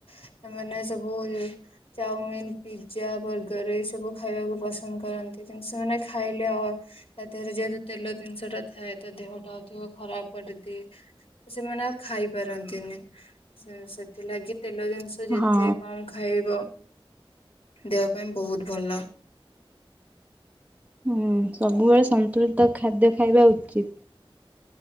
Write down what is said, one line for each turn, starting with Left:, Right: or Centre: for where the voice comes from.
Left: ସେମାନେ ସବୁ ଚାଓମିିନ ପିଜା ବର୍ଗର ଏଇସବୁ ଖାଇବାକୁ ପସନ୍ଦ କରନ୍ତି କିନ୍ତୁ ସେମାନେ ଖାଇଲେ ଅ ତା ଦେହରେ ଯେହେତୁ ତେଲ ଜିନିଷଟା ଥାଏ ତା ଦେହଟା ଅଧିକ ଖରାପ କରିଦିଏ। ସେମାନେ ଆଉ ଖାଇ ପାରନ୍ତିନି ସେଥିଲାଗି ତେଲ ଜିନିଷ ଯେତେ
Right: ହଁ
Left: କମ ଖାଇବ ଦେହ ପାଇଁ ବହୁତ ଭଲ।
Right: ହୁଁ ସବୁବେଳେ ସନ୍ତୁଳିତ ଖାଦ୍ୟ ଖାଇବା ଉଚିତ୍।